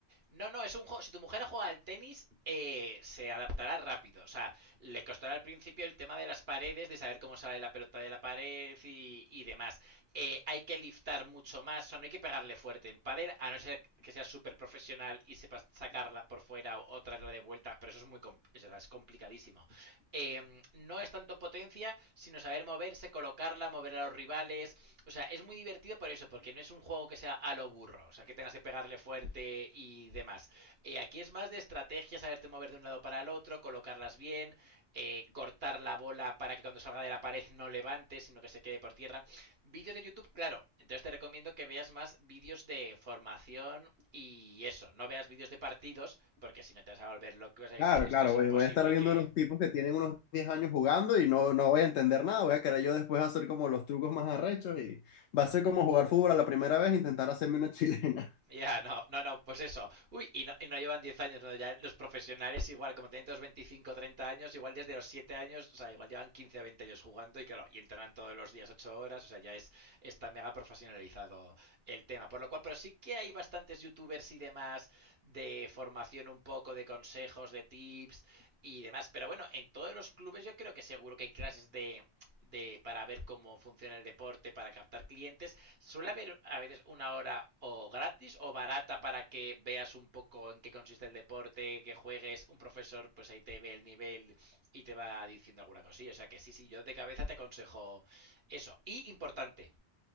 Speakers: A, on the right; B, on the left.
A: No, no, es un juego. Si tu mujer juega al tenis, eh, se adaptará rápido. O sea, le costará al principio el tema de las paredes, de saber cómo sale la pelota de la pared y, y demás. Eh, hay que liftar mucho más, o sea, no hay que pegarle fuerte en padel, a no ser que sea súper profesional y sepas sacarla por fuera o, o, traerla de vuelta, pero eso es muy compl eso es complicadísimo. Eh, no es tanto potencia, sino saber moverse, colocarla, mover a los rivales, o sea, es muy divertido por eso, porque no es un juego que sea a lo burro, o sea, que tengas que pegarle fuerte y demás. Eh, aquí es más de estrategia, saberte mover de un lado para el otro, colocarlas bien, eh, cortar la bola para que cuando salga de la pared no levante, sino que se quede por tierra. Vídeos de YouTube, claro. Entonces te recomiendo que veas más vídeos de formación y eso. No veas vídeos de partidos, porque si no te vas a volver lo que vas a decir.
B: claro,
A: Esto
B: claro,
A: es
B: voy,
A: imposible
B: voy a estar viendo
A: que,
B: unos tipos que tienen unos 10 años jugando y no, no voy a entender nada, voy a querer yo después hacer como los trucos más arrechos y va a ser como jugar fútbol a la primera vez e intentar hacerme una chilena.
A: Ya, no, no, no, pues eso. Uy, y no, y no llevan 10 años, ¿no? Ya los profesionales igual, como tienen todos 25, 30 años, igual desde los 7 años, o sea, igual llevan 15 a 20 años jugando y claro, y entrenan todos los días 8 horas, o sea, ya es, está mega profesionalizado el tema. Por lo cual, pero sí que hay bastantes youtubers y demás de formación un poco, de consejos, de tips y demás. Pero bueno, en todos los clubes yo creo que seguro que hay clases de, de para ver cómo funciona el deporte, para captar clientes Suele haber a veces una hora o gratis o barata para que veas un poco en qué consiste el deporte, que juegues, un profesor pues ahí te ve el nivel y te va diciendo alguna cosilla. O sea que sí, sí, yo de cabeza te aconsejo eso. Y importante,